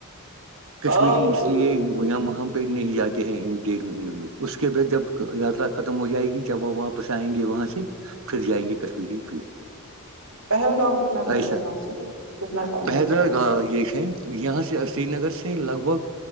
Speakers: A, on the right; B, on the right.
A: کشمیری
B: آپ
A: اس لیے یہاں وہاں پہ نہیں جاتی ہیں ان ڈیڑھ مہینوں میں اس کے بعد جب یاترا ختم ہو جائے گی جب وہ واپس آئیں گے وہاں سے پھر جائیں گے کشمیری پ
B: پہلگام کتنا دور
A: ایسا
B: ہے یہاں سے کتنا ٹائم
A: بہدر
B: لگتا ہے
A: گا یہس ہے یہاں سے سری نگر سے لگ بھگ